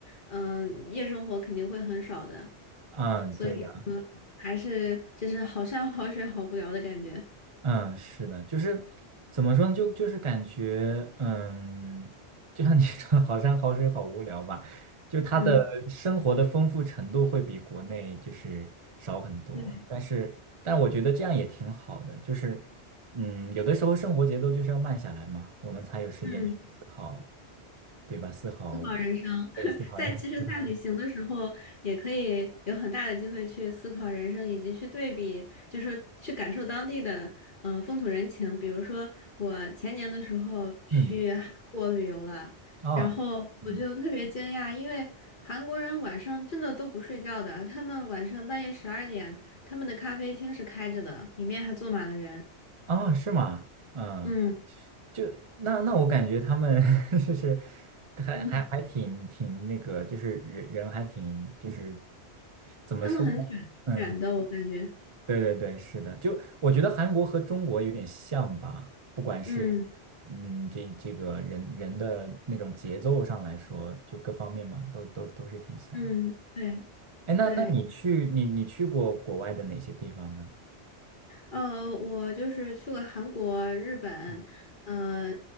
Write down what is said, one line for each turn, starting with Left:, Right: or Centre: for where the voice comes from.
Left: 嗯、夜生活肯定会很少的，
Right: 嗯，
Left: 所以说还是就是好山好水好无聊的感觉。
Right: 对的，嗯，是的，就是怎么说呢？就就是感觉，嗯，就像你 <laughs> 说，好山好水好无聊吧，就他的生活的丰富程度会比国内就是少很多，
Left: 嗯，对，
Right: 但是但我觉得这样也挺好的，就是，嗯，有的时候生活节奏就是要慢下来嘛，我们才有时间去思考，
Left: 嗯。
Right: 对吧？思考。
Left: 思考人生，<laughs>
Right: 对，四海
Left: 在其实，
Right: <laughs> 四海，
Left: 在旅行的时候，也可以有很大的机会去思考人生，以及去对比，就说去感受当地的嗯、呃风土人情。比如说，我前年的时候去韩国旅游了，
Right: 嗯，啊，
Left: 然后我就特别惊讶，
Right: 嗯，
Left: 因为韩国人晚上真的都不睡觉的，他们晚上半夜十二点，他们的咖啡厅是开着的，里面还坐满了人。
Right: 啊，是吗？嗯，
Left: 嗯
Right: 就那那我感觉他们 <laughs> 就是还还还挺挺那个，
Left: 嗯，<laughs>
Right: 就是人人还挺就是怎么说呢？
Left: 他们很卷卷的，
Right: 嗯，
Left: 我感觉。
Right: 对对对，是的，就我觉得韩国和中国有点像吧，不管是
Left: 嗯
Right: 嗯这这个人人的那种节奏上来说，就各方面嘛，都都都是挺像的。
Left: 嗯，对
Right: 哎，那那你去你你去过国外的哪些地方呢？
Left: 对。呃，我就是去过韩国、日本，
Right: 嗯
Left: 呃，